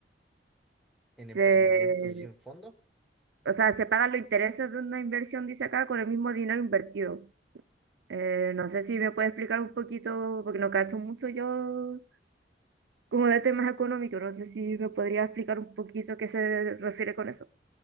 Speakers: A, in the centre; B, on the right (about 85°).
A: en emprendimientos
B: Se,
A: sin fondo,
B: o sea, se pagan los intereses de una inversión, dice acá, con el mismo dinero invertido. Eh, no sé si me puede explicar un poquito, porque no cacho mucho yo como de temas económicos, no sé si me podría explicar un poquito qué se refiere con eso.